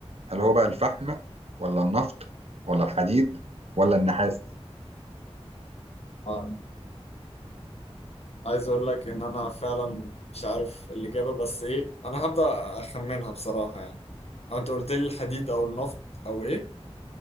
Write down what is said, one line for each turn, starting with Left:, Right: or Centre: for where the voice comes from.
Right: هل هو بقى الفحم ولا النفط ولا الحديد ولا النحاس؟
Left: آه، عايز اقول لك ان انا فعلا مش عارف الاجابة بس ايه انا هبدأ اخمنها بصراحة يعني أو انت قلت لي الحديد او النفط او ايه